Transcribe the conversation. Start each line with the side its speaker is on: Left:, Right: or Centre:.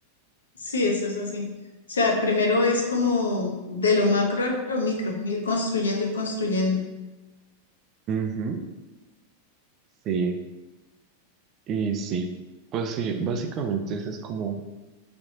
Left: Sí, eso es así. O sea, primero es como de lo macro a lo micro, ir construyendo, ir construyendo.
Right: Ujú, Sí, y sí, pues sí, básicamente ese es como